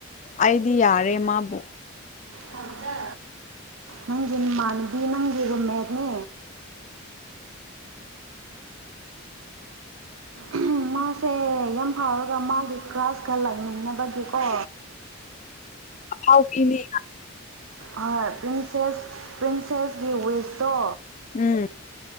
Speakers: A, on the left; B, on the right.
A: ꯑꯩꯗꯤ ꯌꯥꯔꯦ ꯃꯥꯕꯨ
B: ꯊꯪꯖ ꯅꯪꯒꯤ ꯃꯃꯥꯟꯅꯕꯤ ꯅꯪꯒꯤ ꯔꯨꯝꯃꯦꯅꯦ ꯎꯝ ꯃꯥꯁꯦ ꯌꯥꯝ ꯐꯥꯎꯔꯒ ꯃꯥꯒꯤ ꯀ꯭ꯂ꯭ꯔꯥꯁꯀ ꯂꯥꯛꯃꯤꯟꯅꯕꯒꯤꯀꯣ
A: ꯑꯐꯥꯎꯕꯤꯅꯤ
B: ꯍ ꯄ ꯦꯁ ꯄ꯭ꯔꯤꯟꯁꯦꯁꯀꯤ ꯋꯤꯁꯇꯣ
A: ꯎꯝ